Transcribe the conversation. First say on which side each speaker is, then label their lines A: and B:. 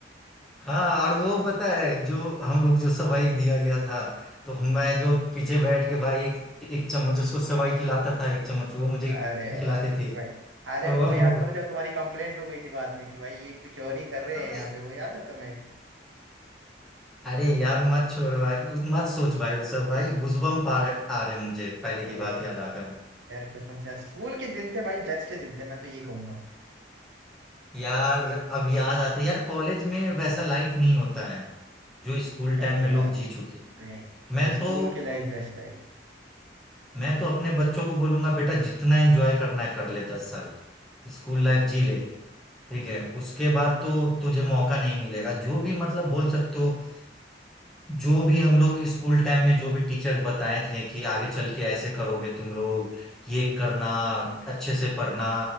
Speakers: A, in the centre; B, on the right.
A: हाँ और वो पता है जो हम लोग जो सवाई दिया गया था तो मैं जो पीछे बैठ के भाई एक, एक चम्मच उसको सवाई खिलाता था एक चम्मच वो मुझे
B: अरे
A: खिलाते
B: भाई
A: थे
B: भाई अरे
A: ओहो
B: वो याद करो जब तुम्हारी कंप्लेंट हो गई थी बाद में कि भाई ये कुछ और ही कर रहे
A: अरे
B: हैं यहाँ पे वो याद है तुम्हें
A: अरे यार मत छोड़ भाई उस- मत सोच भाई वो सब भाई गूजबम्प आ रहे आ रहे हैं मुझे पहले
B: अरे
A: की बात
B: भाई
A: याद
B: भाई
A: आकर
B: यार कसम से यार, स्कूल के दिन थे भाई बेस्ट दिन थे मैं तो ये कहूंगा
A: यार अब याद आता है यार कॉलेज में वैसा लाइफ नहीं होता है जो स्कूल
B: नहीं
A: टाइम में
B: यार
A: लोग जी चुके हैं।
B: नहीं भाई
A: मैं तो
B: स्कूल की लाइफ बेस्ट लाइफ
A: मैं तो अपने बच्चों को बोलूंगा बेटा जितना एंजॉय करना है कर ले दस साल स्कूल लाइफ जी ले ठीक है उसके बाद तो तुझे मौका नहीं मिलेगा जो भी मतलब बोल सकते हो जो भी हम लोग स्कूल टाइम में जो भी टीचर्स बताए थे कि आगे चल के ऐसे करोगे तुम लोग ये करना अच्छे से पढ़ना